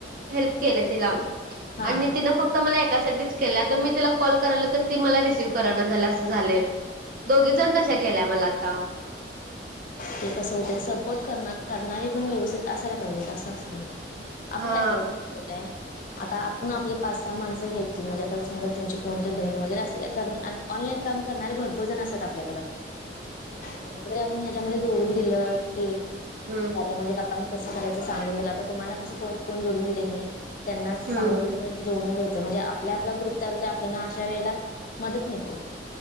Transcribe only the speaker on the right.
हेल्प केले तिला
आणि तिन फक्त मला एकासाठीच केला तर मी तिला कॉल कराल तर ती मला रिसीव्ह करान झाली असं झालंय. दोघी जण तशा केल्या मला आता.
हा
ह
हम्म.
हम्म